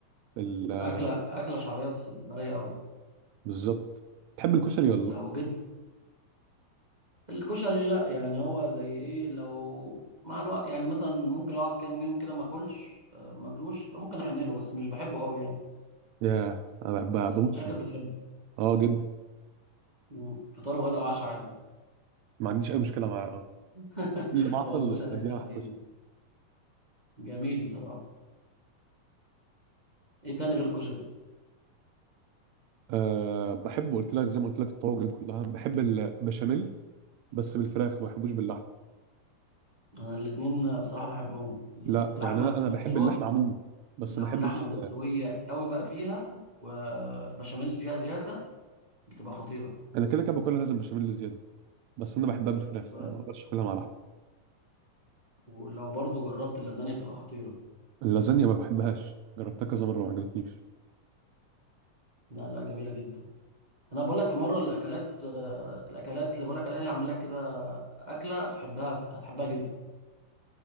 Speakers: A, on the right (about 85°); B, on the right (about 20°).
A: ال-
B: بتبقى
A: آه،
B: أكلة أكلة شعبية بس بتبقى رايقة أوي
A: بالظبط تحب الكشري ولا
B: لو
A: لا؟
B: جيت الكشري لأ يعني هو زي إيه لو مع الوقت يعني مثلا ممكن أقعد كام يوم كده ما أكلش آه، ما أكلوش ممكن أحنله بس مش بحبه أوي يعني
A: ياه انا بحب- بموت
B: شكلك
A: فيه
B: بتحبه
A: اه جدا
B: مم. فطار وغدا وعشاء عادي
A: ما عنديش اي مشكلة معاه اه
B: <laughs>
A: اللي معطل
B: هو الكشري
A: بديها
B: أكلة
A: واحد
B: لذيذة
A: كشري
B: جميل بصراحة إيه تاني غير الكشري؟
A: أه بحب قلت لك زي ما قلت لك الطواجن كلها بحب البشاميل بس بالفراخ ما بحبوش باللحمه
B: أنا الاتنين بصراحة بحبهم اللحمة
A: لا يعني انا
B: بتبقى
A: انا بحب
B: حلوة
A: اللحمه عموما بس
B: لو
A: ما بحبش
B: اللحمه مستويه قوي بقى فيها والبشاميل اللي فيها زياده بتبقى خطيره
A: انا كده كده باكلها لازم بشاميل زياده بس انا بحبها بالفراخ
B: و-
A: ما بقدرش اكلها مع لحمه
B: ولو برضو جربت اللازانيا بتبقى خطيره
A: اللازانيا ما بحبهاش جربتها كذا مره ما عجبتنيش
B: لا لا جميله جدا انا بقول لك في مره الاكلات آه، الاكلات اللي بقول لك عليها دي هعمل لك كده اكله تحبها هتحبها جدا